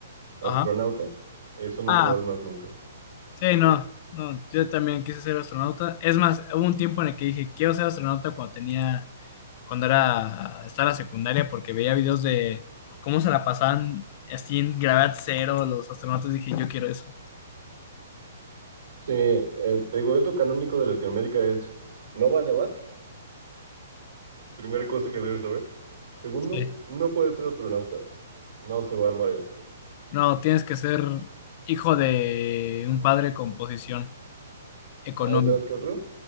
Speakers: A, on the right; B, on the left.
A: astronauta.
B: Ajá.
A: Eso no
B: Ah,
A: se va a armar nunca.
B: sí, no, no, yo también quise ser astronauta. Es más, hubo un tiempo en el que dije, quiero ser astronauta cuando tenía cuando era, estaba en la secundaria porque veía videos de cómo se la pasaban así en gravedad cero los astronautas. Dije, yo quiero eso.
A: Sí, eh, te digo, evento canónico de Latinoamérica es, ¿no va a nevar? Primera cosa que debes saber. Segundo,
B: Sí.
A: no puedes ser astronauta. No se va a armar eso.
B: No, tienes que ser hijo de un padre con posición económica.
A: Ah, ¿y sabes qué otro?